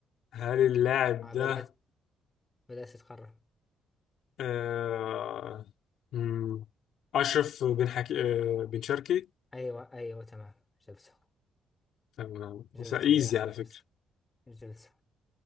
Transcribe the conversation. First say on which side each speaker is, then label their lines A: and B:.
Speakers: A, on the left; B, on the left.
A: هل اللاعب
B: آه
A: ده
B: بدأت بدأت تقرب
A: آه... مم، أشرف بن حكي آه... بن شركي؟
B: أيوة أيوة تمام جبته
A: تمام
B: جبته
A: بس ايزي
B: يا أخي
A: على
B: جبته
A: فكرة
B: جبته